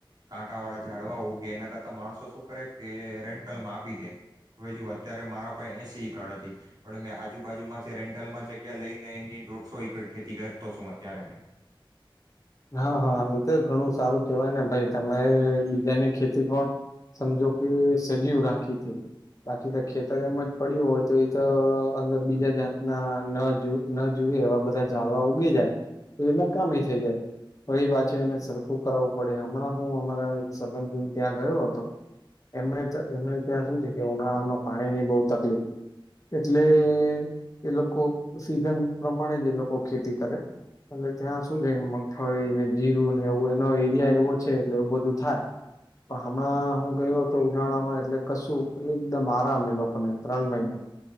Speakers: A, on the right (about 50°); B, on the left (about 40°).
A: કાંટાવાળા ઝાડવા ઉગે, એના કરતા માણસો શું કરે કે રેન્ટલમાં આપી દે. હવે જોવો અત્યારે મારા પાસે એસી કડ પણ મે આજુ બાજુમાંથી રેન્ટલ માં જગ્યા લઈ ને એની ડો રસો એકર ખેતી કરતો છું, અત્યારે.
B: હા, હા, એતો ઘણું સારું કેહેવાય ને ભાઈ તમે બીજાની ખેતી પણ સમજો કે સજીવ રાખી છે, બાકી તો ખેતર એમ જ પડ્યું હોય તો એતો અંદર બીજા જાતના ન ન જુએ એવા બધા ઝળવા ઉગી જાય, તો એ નકામી થઈ જાય. ફરીપાછુ એને સરખું કરાવવું પડે. હમણાં હું અમારા એક સંબંધી ત્યાં ગયો હતો, એમણે એમને ત્યાં શું છે કે ઉનાળામાં પાણી ની બહુ તકલીફ એટલે એ લોકો સીઝન પ્રમાણેજ એ લોકો ખેતી કરે, એટલે ત્યાં શું છે ફળી ને જીરું ને એવું એનો એરિયા એવો છે એટલે એવું બધું થાય, પણ હમણાં હું ગયો તો ઉનાળામાં એટલે કશું એકદમ આરામ એ લોકોને ત્રણ મહિના.